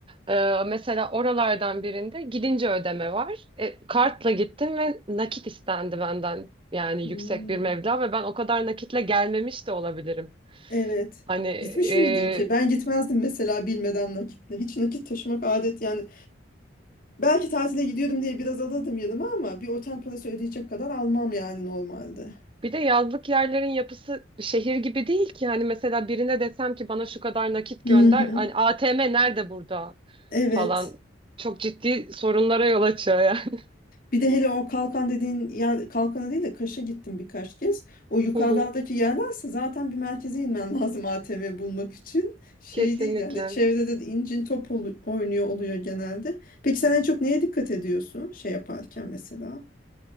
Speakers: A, on the right; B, on the left.
A: Ee, mesela oralardan birinde gidince ödeme var. E, kartla gittim ve nakit istendi benden. Yani
B: Hmm,
A: yüksek bir meblağ ve ben o kadar nakitle gelmemiş de olabilirim.
B: evet.
A: Hani e,
B: Gitmiş miydin ki? Ben gitmezdim mesela bilmeden nakitle. Hiç nakit taşımak adet yani. Belki tatile gidiyordum diye biraz alırdım yanıma ama bir otel parası ödeyecek kadar almam yani normalde.
A: bir de yazlık yerlerin yapısı şehir gibi değil ki. Hani mesela birine desem ki bana şu kadar nakit
B: Hı
A: gönder.
B: hı.
A: Hani ATM nerede burada
B: Evet.
A: falan. Çok ciddi sorunlara yol açıyor yani.
B: Bir de hele o kalkan dediğin yer kalkana değil de Kaş'a gittim birkaç kez. O yukarılardaki
A: <laughs> Hı hı.
B: yerlerse zaten bir merkeze inmen <laughs> lazım ATM bulmak için. Şey
A: Kesinlikle.
B: değil yani çevrede de incin top olu- oynuyor oluyor genelde. Peki sen en çok neye dikkat ediyorsun şey yaparken mesela?